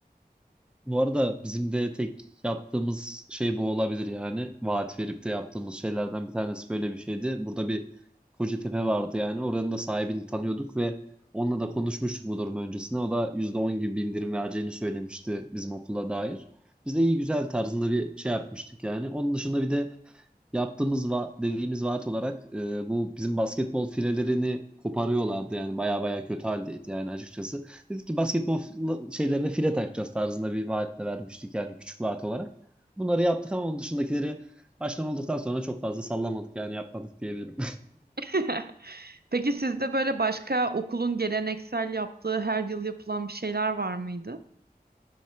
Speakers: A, in the centre; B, on the right.
A: Bu arada bizim de tek yaptığımız şey bu olabilir yani. Vaat verip de yaptığımız şeylerden bir tanesi böyle bir şeydi. Burada bir Kocatepe vardı yani. Oranın da sahibini tanıyorduk ve onunla da konuşmuştuk bu durum öncesinde. O da %10 gibi bir indirim vereceğini söylemişti bizim okula dair. Biz de iyi güzel tarzında bir şey yapmıştık yani. Onun dışında bir de yaptığımız va dediğimiz vaat olarak e, bu bizim basketbol filelerini koparıyorlardı yani baya baya kötü haldeydi yani açıkçası. Dedik ki basketbol şeylerine file takacağız tarzında bir vaatle vermiştik yani küçük vaat olarak. Bunları yaptık ama onun dışındakileri başkan olduktan sonra çok fazla sallamadık yani yapmadık diyebilirim.
B: <laughs> Peki sizde böyle başka okulun geleneksel yaptığı her yıl yapılan bir şeyler var mıydı?